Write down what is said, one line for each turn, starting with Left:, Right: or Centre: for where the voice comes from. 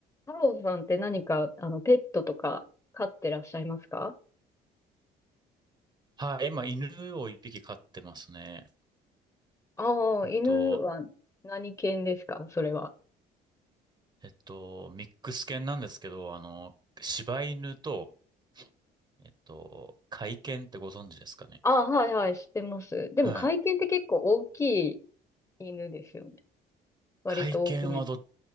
Left: 太郎さんって何か、あの、ペットとか飼ってらっしゃいますか
Right: はい、今、犬を一匹飼ってますね。
Left: ああ、
Right: うんと、
Left: 犬は何犬ですかそれは。
Right: えっと、ミックス犬なんですけど、あの、柴犬と、えっと、甲斐犬ってご存知ですかね。
Left: ああ、はいはい、知ってます。でも、
Right: はい。
Left: 甲斐犬って結構大きい犬ですよね。割と大きめ。
Right: 甲斐犬はど、